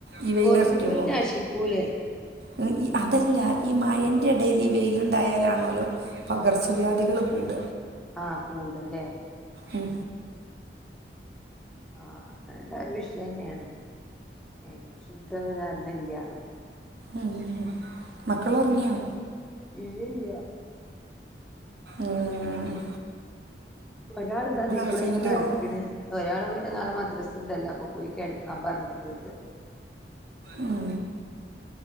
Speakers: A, on the right; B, in the centre.
A: ഈ വെയ്ലറിക്കുമ്പോ
B: കൊതുകുകൾ നശിക്കൂലേ
A: ഉം ഈ അതല്ല ഈ മഴന്റെ എടേല് ഈ വെയ്ല് ഇണ്ടായാലാണോല്ലോ പകർച്ചവ്യാധികള് കൂട്ക
B: ആഹ് കൂടലേ?
A: ഉം
B: ആഹ് അങ്ങനെ ഇണ്ടായ്ല് ഒരു വിഷയന്നേണ് അയിനെ കുറിച്ച് ഇൻക്ക് വല്ല്യ ധാരണല്യാനും
A: ഉം അങ്ങനെ മക്കളൊറങ്ങിയോ?
B: ഇല്ല്യല്ല്യ
A: ഉംഹ്
B: ഒരാള് ഇതാ ഇതീക്കൂടെങ്ങനെ
A: കുറച്ച് കഴിഞ്ഞിട്ടേ
B: നട്ക്ക്ണ്
A: ഉറങ്ങൂ
B: ഒരാള് പിന്നെ നാളെ മദ്രസ്സ് ഇണ്ടല്ലോ അപ്പൊ പോയി കെടക്കാം പറഞ്ഞ്ട്ടുണ്ട്
A: ഉം